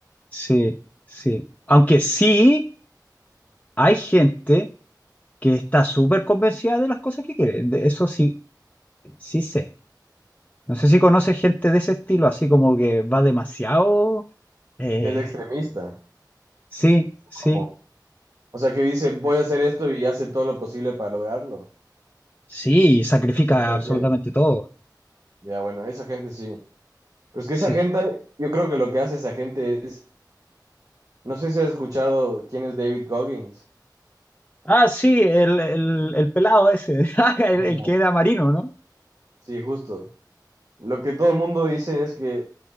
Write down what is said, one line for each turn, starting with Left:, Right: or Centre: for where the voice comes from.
Left: Sí, sí. Aunque sí hay gente que está súper convencida de las cosas que quiere. De eso sí, sí sé. No sé si conoces gente de ese estilo, así como que va demasiado Eh,
Right: Y es extremista.
Left: sí, sí,
Right: como O sea, que dice, voy a hacer esto y hace todo lo posible para lograrlo.
Left: sí, y sacrifica
Right: ¿A qué te refieres?
Left: absolutamente todo.
Right: Ya, bueno, esa gente sí. Pero es que
Left: Sí.
Right: esa gente, yo creo que lo que hace esa gente es, no sé si has escuchado quién es David Goggins.
Left: Ah, sí, el, el, el pelado ese, <laughs> ah, el,
Right: Ajá.
Left: el que era marino, ¿no?
Right: Sí, justo. Lo que todo el mundo dice es que